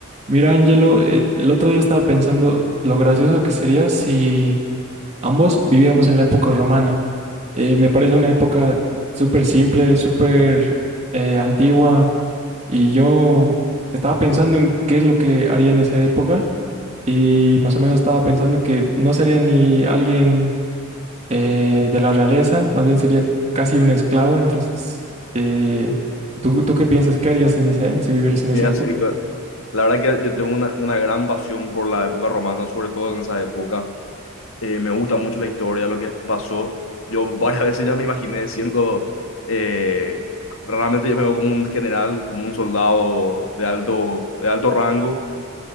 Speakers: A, on the right; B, on the left.
A: Mira, Angelo, eh, el otro día estaba pensando lo gracioso que sería si ambos viviéramos en la época romana. Eh, me parece una época súper simple, súper eh, antigua, y yo estaba pensando en qué es lo que haría en esa época, y más o menos estaba pensando que no sería ni alguien eh, de la realeza, más bien sería casi un esclavo. Entonces, eh, ¿tú, tú qué piensas que harías en esa, si vivieras en esa
B: Sí, así
A: época?
B: que la verdad que yo tengo una, una gran pasión por la época romana, sobre todo en esa época. Eh, me gusta mucho la historia, lo que pasó. Yo varias <laughs> veces ya me imaginé siendo, eh, realmente yo me veo como un general, como un soldado de alto, de alto rango,